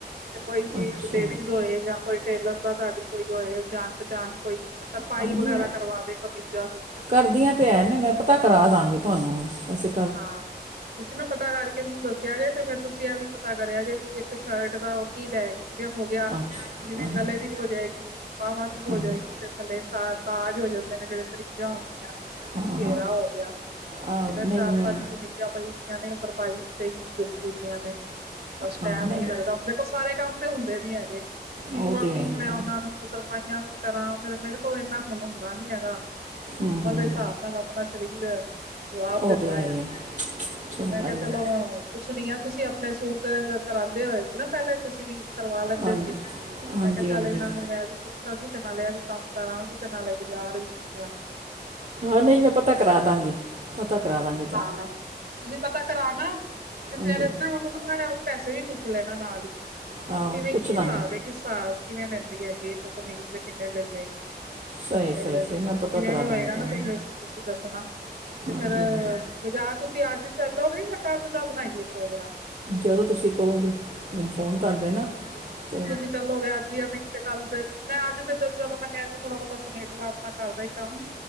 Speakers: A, on the right; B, on the right.
A: ਤੇ ਕੋਈ
B: ਅੱਛਾ
A: ਲੇਡੀਜ਼ ਹੋਏ ਜਾਂ ਕੋਈ ਟੇਲਰ ਦਾ ਤੁਹਾਡੀ ਕੋਈ ਹੋਏ ਜਾਣ ਪਹਚਾਣ, ਕੋਈ ਤਰਪਾਈ
B: ਹਾਂਜੀ
A: ਵਗੈਰਾ
B: ਮੈਂ
A: ਕਰਵਾ ਦੇ ਕਮੀਜ਼ਾਂ ਦੀ
B: ਕਰਦੀਆਂ ਤੇ ਹੈ ਨੇ, ਮੈਂ ਪਤਾ ਕਰਾ ਦਾਂਗੀ ਤੁਹਾਨੂੰ ਹੁਣ ਵਸੇ
A: ਹਾਂ, ਤੁਸੀਂ ਨਾ ਪਤਾ ਕਰਕੇ ਮੈਨੂੰ ਦੱਸਿਆ ਜੇ ਤੇ ਫੇਰ ਤੁਸੀਂ ਇਹ ਵੀ ਪਤਾ ਕਰਿਆ ਜੇ ਵੀ ਇੱਕ ਸ਼ਰਟ ਦਾ ਉਹ ਕੀ ਲੈ ਰਹੀ। ਜਿਵੇ ਹੋ ਗਿਆ,
B: ਅੱਛਾ
A: ਜਿਵੇਂ
B: ਹਾਂਜੀ
A: ਗੱਲੇ
B: ਹਾਂਜੀ
A: ਦੀ ਹੋ ਜਾਏਗੀ। ਬਾਵਾਂ ਦੀ ਹੋ
B: ਹਾਂਜੀ
A: ਜਾਏਗੀ ਤੇ ਥੱਲੇ ਸ- ਕਾਜ ਹੋ ਜਾਂਦੇ ਨੇ ਜਿਹੜੇ ਤਰੀਜਾਂ ਹੁੰਦੀਆਂ ਨੇ
B: ਹਾਂ
A: ਘੇਰਾ
B: ਹਾਂ
A: ਹੋ ਗਿਆ,
B: ਆ,
A: ਏਦਾ
B: ਨਹੀਂ
A: ਚਾਰ
B: ਮੈਂ
A: ਮੇਜ਼ਾਂ ਪਈ ਦੀਆਂ ਨੇ ਤਰਪਾਈ ਤੇਈ ਰੁਕੀ ਦੀਆਂ ਨੇ, ਬਸ
B: ਹਾਂ
A: ਟੈਮ
B: ਨਹੀਂ
A: ਨੀ ਲੱਗਦਾ ਹੋਦਾ ਐ। ਸਾਰੇ ਕੰਮ ਤੇ ਹੁੰਦੇ ਨੀ ਹੈਗੇ ਸੀਵਾਂਗੀ
B: ਉਹ ਤੇ ਆਈ ਹੈ
A: ਮੈਂ
B: ਜੀ
A: ਉਹਨਾਂ ਨੂੰ ਮਤਲਬ ਸਫਾਈਆਂ ਵੀ ਕਰਾਂ ਫੇ ਮੇਰੇ ਕੋਲ ਇੰਨਾ ਹੁਣ ਹੁੰਦਾ ਨੀ ਹੈਗਾ। ਉਮਰ
B: ਹੂੰ ਹੂੰ
A: ਦੇ ਹਿਸਾਬ ਨਾਲ ਆਪਣਾ ਸਰੀਰ ਐ, ਜਵਾਬ ਦਿੰਦਾ
B: ਉਹ ਤੇ ਆਈ
A: ਐ।
B: ਹੈ ਸਹੀ
A: ਤੇ ਮੈਂ
B: ਗੱਲ
A: ਕਿਹਾ ਚਲੋ
B: ਹੈ
A: ਹੁਨ ਪੁੱਛ ਨੀ ਆ ਤੁਸੀਂ ਆਪਣੇ ਸੂਟ ਕਰਾਉਂਦੇ ਹੋਏ ਸੀ ਨਾ ਪਹਿਲੇ ਤੁਸੀਂ ਵੀ ਕਰਵਾ ਲੈਂਦੇ
B: ਹਾਂ
A: ਸੀ, ਤੇ
B: ਹਾਂਜੀ
A: ਮੈਂ ਕਿਹਾ
B: ਹਾਂਜੀ
A: ਚੱਲ ਇਹਨਾਂ ਨੂੰ ਮੈ ਵੀ ਇਕ ਅੱਛਾ ਜੀ ਤੇ ਨਾਲਿਆਂ ਏ ਵੀ ਕੰਮ ਕਰਾਂਗੀ ਤੇ ਨਾਲੇ ਬਾਜ਼ਾਰ ਵੀ ਮੈਂ ਦੇ਼ ਆਵਾ ਗੀ।
B: ਹੋਰ ਨੀ ਮੈਂ ਪਤਾ ਕਰਾਦਾਂ ਗੀ, ਪਤਾ ਕਰਾਦਾ ਗੀ।
A: ਹਾਂ, ਤੁਸੀਂ ਪਤਾ ਕਰਾ ਨਾ, ਤੇ
B: ਹਾਂਜੀ
A: ਫੇਰ ਨਾ ਉਨੂੰ ਨਾ ਉ ਪੈਸੇ ਵੀ ਪੁੱਛ ਲੈਣਾ ਨਾਲ ਈ,
B: ਆਹੋ
A: ਕੀ ਕਿਵੇਂ
B: ਪੁੱਛ
A: ਕੀ ਹਿਸਾਬ
B: ਦਾਂਗੀ
A: ਏ। ਕਿ ਹਿਸਾਬ ਕਿਵੇਂ ਲੈਂਦੀ ਹੈਗੀ ਐ, ਇੱਕ ਕਮੀਜ਼ ਦੇ ਕਿੰਨੇ ਲੈੇ ਲੈਗੀ।
B: ਸਹੀ
A: ਤੇ ਫੇਰ
B: ਸਹੀ ਸਹੀ ਮੈਂ ਪਤਾ
A: ਜਿਵੇਂ
B: ਕਰਾ
A: ਵੀ ਹੋਏਗਾ
B: ਦਾਂਗੀ ਤੁਹਾਨੂੰ
A: ਨਾ ਤੇ ਫਿਰ ਤੁਸੀਂ ਦੱਸਣਾ, ਤੇ
B: ਹਾਂਜੀ
A: ਫੇਰ
B: ਹਾਂਜੀ
A: ਬਾਜਾਰ ਤੁਸੀਂ ਅੱਜ ਚੱਲੋਗੇ ਜਾਂ ਕੱਲ ਦਾ ਬਣਾਈਏ ਪ੍ਰੋਗਰਾਮ?
B: ਜਦੋਂ ਤੁਸੀਂ ਕਹੋਗੇ, ਮੈਨੂੰ ਫੋਨ ਕਰਦੇ ਨਾ, ਤੇ
A: ਚਲੋ ਗਿਆ ਜ ਆ ਨਹੀਂ ਤੇ ਕੱਲ ਤੇ, ਮੈਂ ਅੱਜ ਤੇ ਜਦੋਂ ਮੈਂ ਕਹਿ ਰਹੀ ਥੋੜਾ ਬਹੁਤਾ ਸਮੇਟ ਲਾਂ ਆਪਣਾ ਘਰ ਦਾ ਹੀ ਕੰਮ।